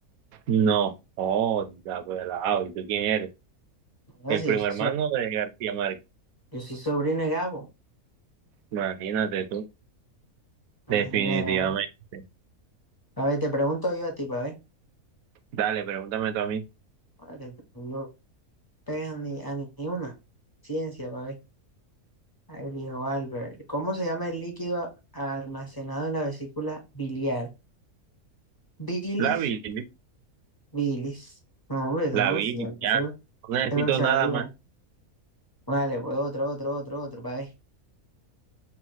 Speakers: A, on the right; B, on the left.
A: No, oh, da pelado. ¿Y tú quién eres?
B: Ahora
A: El
B: sí,
A: primo
B: yo, so-
A: hermano de García Márquez.
B: Yo soy sobrino de Gabo.
A: Imagínate tú.
B: Ajá,
A: Definitivamente.
B: mira. A ver, te pregunto yo a ti, pa ver.
A: Dale, pregúntame tú a mí.
B: Para que no pegas ni, a ni una. Ciencia, pa ver. Ahí dijo Albert. ¿Cómo se llama el líquido a- almacenado en la vesícula biliar? Bilis,
A: La vi,
B: bilis. No, hombre,
A: la
B: no,
A: vi,
B: sí, ya
A: ya.
B: se lo,
A: No necesito
B: se lo sabía.
A: nada más.
B: Vale, pues otro, otro, otro, otro, pa ver.